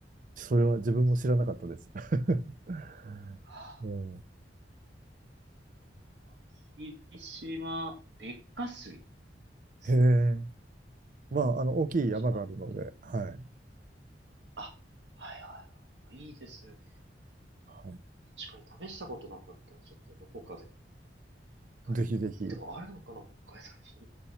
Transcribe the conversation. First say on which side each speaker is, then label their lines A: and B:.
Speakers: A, on the right; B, on the right.
A: それは自分も知らなかったです。
B: 水
A: <laughs>
B: はあ
A: うん。
B: これは霧島、劣化水ですね。
A: へえ。まあ、あの、大きい山があるので、
B: 使ってい、
A: はい。
B: あ、はいはいはい。いいですね。
A: は
B: 確かに試したことなかったので、ちょっとどこかで。一回え、
A: い。ぜひぜひ。い
B: でもあるのかな北海道に。